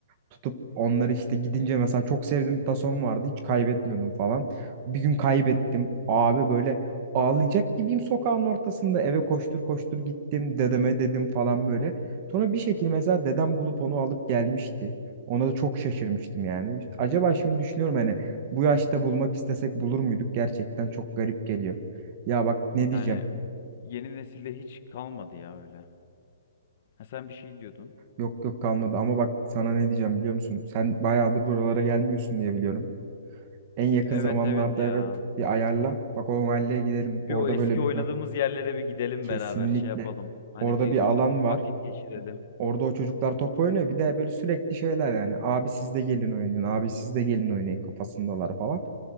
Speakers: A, on the right; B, on the left.
A: tutup onları işte gidince mesela çok sevdiğim bir tason vardı hiç kaybetmiyordum falan. Bir gün kaybettim. Abi böyle ağlayacak gibiyim sokağın ortasında eve koştur koştur gittim dedeme dedim falan böyle. Sonra bir şekilde mesela dedem bulup onu alıp gelmişti. Ona da çok şaşırmıştım yani. İşte acaba şimdi düşünüyorum hani bu yaşta bulmak istesek bulur muyduk? Gerçekten çok garip geliyor. Ya bak ne diyeceğim?
B: Yani yeni nesilde hiç kalmadı ya öyle. Ha sen bir şey diyordun.
A: Yok yok kalmadı ama bak sana ne diyeceğim biliyor musun? Sen bayağıdır buralara gelmiyorsun diye biliyorum. En yakın
B: Evet
A: zamanlarda
B: evet ya.
A: evet bir ayarla. Bak o mahalleye gidelim. Orada
B: Bir o eski
A: böyle bir
B: oynadığımız
A: ha
B: yerlere bir gidelim
A: kesinlikle.
B: beraber şey yapalım. Hani
A: Orada
B: bir
A: bir
B: orada
A: alan
B: bir
A: var.
B: vakit geçirelim.
A: Orada o çocuklar top oynuyor. Bir de böyle sürekli şeyler yani. Abi siz de gelin oynayın. Abi siz de gelin oynayın kafasındalar falan.